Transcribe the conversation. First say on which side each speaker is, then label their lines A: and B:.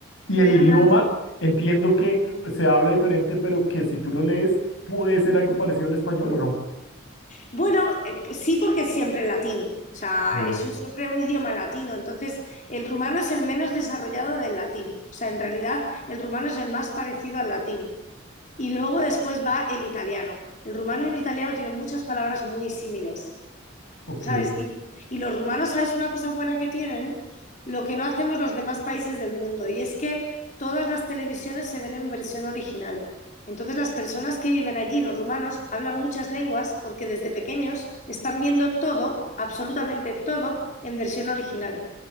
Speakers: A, on the left; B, on the left.
A: Y
B: Tienen
A: el idioma,
B: una
A: entiendo que eh, se habla diferente, pero que si tú lo lees, puede ser algo parecido al español o no.
B: Bueno, eh, pues sí, porque es siempre latín, o sea,
A: Sí.
B: es un- siempre un idioma latino, entonces el rumano es el menos desarrollado del latín, o sea, en realidad el rumano es el más parecido al latín. Y luego después va el italiano. El rumano y el italiano tienen muchas palabras muy similares.
A: Ok,
B: ¿sabes? Y, y los rumanos, ¿sabes una cosa buena que tienen? Lo que no hacemos los demás países del mundo, y es que todas las televisiones se ven en versión original. Entonces las personas que viven allí, los rumanos, hablan muchas lenguas porque desde pequeños están viendo todo, absolutamente todo, en versión original.